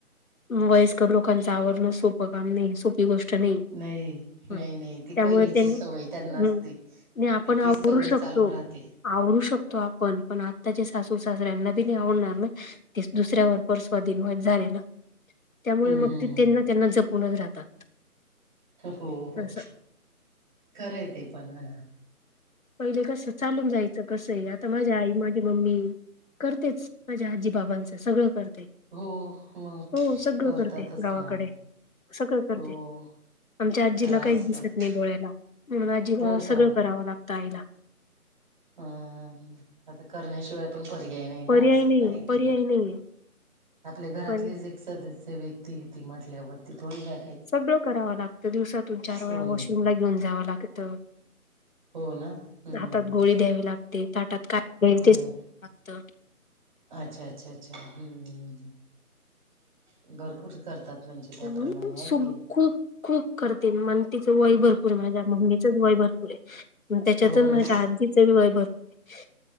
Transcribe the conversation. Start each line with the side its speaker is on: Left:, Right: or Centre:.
Left: वयस्कर लोकांचं आवरण सोपं काम नाही सोपी गोष्ट नाही.
Right: नाही नाही
Left: ह
Right: नाही ती
Left: त्यामुळे
Right: पहिलीची
Left: त्यांनी
Right: सवय त्यांना असते
Left: हम्
Right: ती
Left: नाही आपण
Right: तीच
Left: आवरू
Right: सवय
Left: शकतो
Right: चालू राहते.
Left: आवरू शकतो आपण पण आत्ताचे सासू सासऱ्यांना बी नाही आवडणार ना तेच दुसऱ्यावर परस्वादीन व झालेलं. त्यामुळे
Right: हम्म
Left: मग
Right: हम्म
Left: ते
Right: हम्म
Left: त्यांना त्यांना जपूनच राहतात.
Right: हो हो
Left: असं
Right: खरं आहे ते पण म्हनां.
Left: पहिले कसं चालून जायचं कसं ही आता माझ्या आई म माझी मम्मी करतेच माझ्या आजीबाबांचं सगळं करते.
Right: हो मग
Left: हो सगळं
Right: करतातच
Left: करते गावाकडे
Right: ना हो
Left: सगळं करते.
Right: हो
Left: आमच्या आजीला
Right: करावंच
Left: काहीच दिसत
Right: लागत
Left: नाही डोळ्याला म्हणून आजीला
Right: हो का
Left: सगळं करावं लागतं आईला
Right: हम आता करण्याशिवाय पण पर्याय नाही ना
Left: पर्याय
Right: असं
Left: नाहीये
Right: ऐक
Left: पर्याय
Right: नाही
Left: नाहीये
Right: आपल्या घरातलीच
Left: पर्याय
Right: एक सदस्य व्यक्ती ती म्हटल्यावरती थोडी जा
Left: सगळं करावं लागतं दिवसातून चार
Right: सोडून
Left: वेळा वॉशरूम
Right: देऊ
Left: ला घेऊन जावं लागतं.
Right: हो ना हम्म
Left: हातात
Right: हम्म
Left: गोळी द्यावी लागते, ताटात काय ते लागत ते
Right: हम्म
Left: द्यावं लागतं.
Right: अच्छा! अच्छा! अच्छा! हम अ अ भरपूर करतात म्हणजे. त्याप्रमाणे
Left: <unintelligible>
Right: आहे की नाही.
Left: करते, मग तिचं वय भरपूर माझ्या मम्मीच वय भरपूर आहे म त्याच्यात
Right: हो
Left: माझ्या
Right: ना
Left: आजीच तीचं बी वर भरपूर आहे,